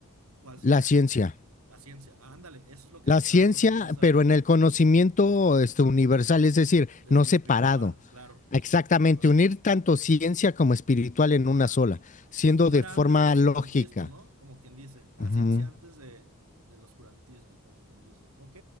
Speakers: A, on the right; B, on the left.
A: ¿cuál sería?
B: La ciencia.
A: La ciencia. Ah, ándale, eso es lo que
B: La
A: te está,
B: ciencia,
A: lo que quería saber.
B: pero en el conocimiento este, universal, es decir,
A: Desde
B: no
A: lo
B: separado.
A: espiritual, claro, desde
B: Exactamente,
A: lo espiritual,
B: unir tanto ciencia como espiritual en
A: claro.
B: una sola, siendo
A: Pues como
B: de
A: era
B: forma
A: antes del oscurantismo,
B: lógica.
A: ¿no? Como quien dice, la
B: Ujú.
A: ciencia antes de, del oscurantismo, como quien dice. Ok,